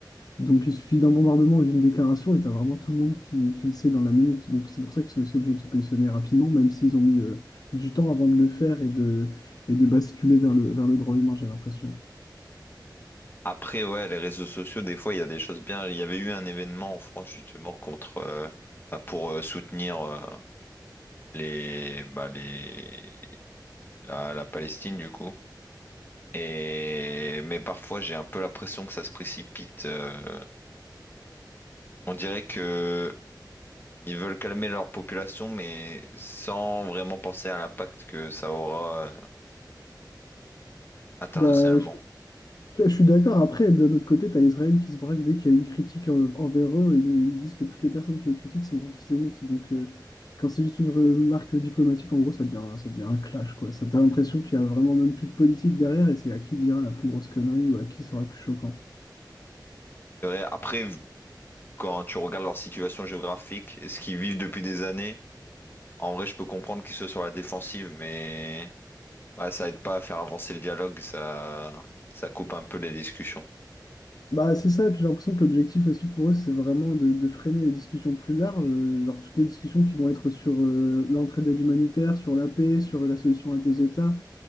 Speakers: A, on the left; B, on the left.
A: Donc il suffit d'un bombardement ou d'une déclaration et t'as vraiment tout le monde qui, qui le sait dans la minute. Donc c'est pour ça qu'ils sont aussi obligés de se positionner rapidement, même s'ils ont mis euh, du temps avant de le faire et de, et de basculer vers le, vers le droit humain, j'ai l'impression.
B: Après, ouais, les réseaux sociaux, des fois, il y a des choses bien. Il y avait eu un événement en France, justement, contre, euh, enfin, pour euh, soutenir. euh, les, bah, les, la, la Palestine du coup. Et, mais parfois j'ai un peu l'impression que ça se précipite. euh, On dirait que ils veulent calmer leur population, mais sans vraiment penser à l'impact que ça aura euh, internationalement.
A: Bah, je, je suis d'accord. Après, d'un autre côté, t'as Israël qui se braque dès qu'il y a une critique en- envers eux. Ils, ils disent que toutes les personnes qui les critiquent sont antisémites. Donc euh, quand c'est juste une remarque diplomatique, en gros, ça devient, ça devient un clash, quoi. Ça, t'as l'impression qu'il y a vraiment même plus de politique derrière et c'est à qui dira la plus grosse connerie ou à qui sera le plus choquant.
B: C'est vrai, Après, v- quand tu regardes leur situation géographique et ce qu'ils vivent depuis des années, en vrai, je peux comprendre qu'ils soient sur la défensive, mais ouais, ça aide pas à faire avancer le dialogue, ça, ça coupe un peu les discussions.
A: Bah, c'est ça, et puis j'ai l'impression que l'objectif aussi pour eux, c'est vraiment de, de freiner les discussions plus larges, euh, genre toutes les discussions qui vont être sur euh, l'entraide aide humanitaire, sur la paix, sur la solution à deux États.